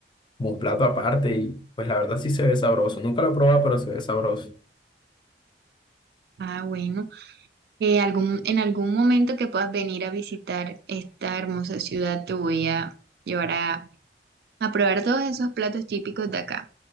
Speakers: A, on the left; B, on the right.
A: como un plato aparte y pues la verdad sí se ve sabroso, nunca lo he probado pero se ve sabroso.
B: Ah, bueno. Eh, algún, en algún momento que puedas venir a visitar esta hermosa ciudad, te voy a llevar a, a probar todos esos platos típicos de acá.